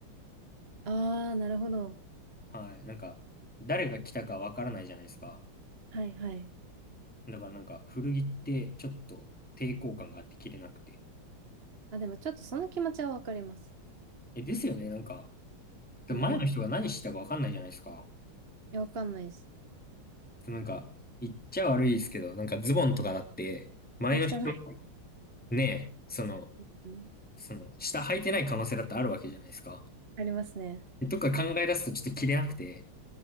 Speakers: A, on the right; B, in the centre.
A: うん。ああ、なるほど。
B: はい。なんか、誰が着たかわからないじゃないですか。
A: はいはい。
B: だからなんか、古着ってちょっと抵抗感があって着れなくて。
A: あ、でもちょっとその気持ちはわかります。
B: え、ですよね。なんか、前の人が何してたかわかんないじゃないですか。
A: うん。いや、わかんないです。
B: そうなんか、言っちゃ悪いですけど、なんかズボンとかだって、前の人、
A: え、汚い。
B: ねえ、その、
A: <laughs> うん。
B: その、下履いてない可能性だってあるわけじゃないですか。
A: ありますね。
B: とか考え出すとちょっと着れなくて。